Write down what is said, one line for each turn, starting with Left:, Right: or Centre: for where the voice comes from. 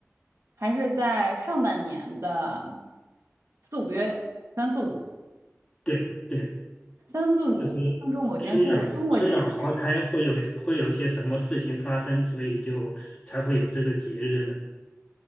Right: 还是在上半年的四五月，三四五，
Left: 对对。
Right: 三四五，
Left: 就是
Right: 庆祝某件事儿的中国节日，
Left: 春暖春暖花开会有会有些什么事情发生，所以就才会有这个节日呢？